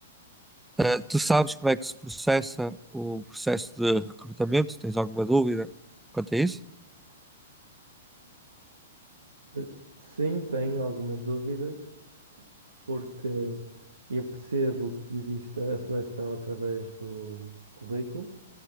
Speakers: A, in the centre; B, on the right.
A: Uh, tu sabes como é que se processa o processo de recrutamento? Tens alguma dúvida quanto a isso?
B: Eh, Sim, tenho algumas dúvidas, porque eu percebo que existe a seleção através do currículo,